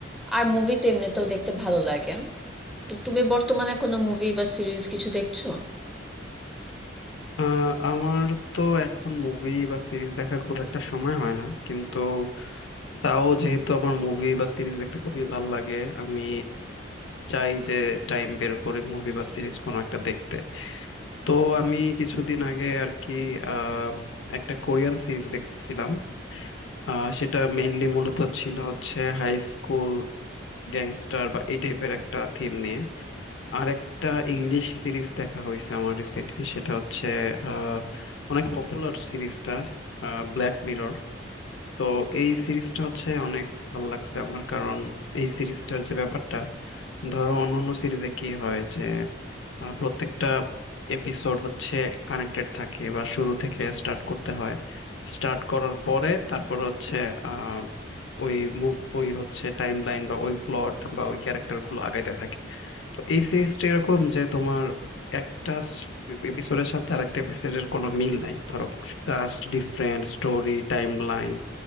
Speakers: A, in the centre; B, on the left.
A: আর মুভি তো এমনিতেও দেখতে ভালো লাগে তো তুমি বর্তমানে কোনো মুভি বা সিরিজ কিছু দেখছো
B: আহ, আমার তো এখন মুভি বা সিরিজ দেখা খুব একটা সময় হয় না কিন্তু তাও যেহেতু আমার মুভি বা সিরিজ দেখতে খুবই ভালো লাগে আমি চাই যে টাইম বের করে মুভি বা সিরিজ কোনো একটা দেখতে তো আমি কিছুদিন আগে আর কি আহ একটা কোরিয়ান সিরিজ দেখতেছিলাম আহ সেটা মেইনলি মূলত ছিল হচ্ছে হাই স্কুল গ্যাংস্টার বা এই টাইপের একটা থিম নিয়ে আর একটা ইংলিশ সিরিজ দেখা হয়েছে আমার রিসেন্টলি সেটা হচ্ছে আহ, অনেক পপুলার সিরিজটা ব্ল্যাক মিরর তো এই সিরিজটা হচ্ছে অনেক ভাল লাগছে আমার কারণ এই সিরিজটার যে ব্যাপারটা ধরো অন্যান্য সিরিজে কি হয় যে আহ, প্রত্যেকটা এপিসোড হচ্ছে কানেক্টেড থাকে বা শুরু থেকে স্টার্ট করতে হয় স্টার্ট করার পরে তারপর হচ্ছে আহ, ওই মুভ ওই হচ্ছে টাইম লাইন বা ওই প্লট বা ওই ক্যারেক্টার গুলো আগাইতে থাকে তো এই সিরিজটা এরকম যে তোমার একটা এপিসোডের সাথে আরেকটা এপিসোডের কোনো মিল নাই ধরো Cast different story timeline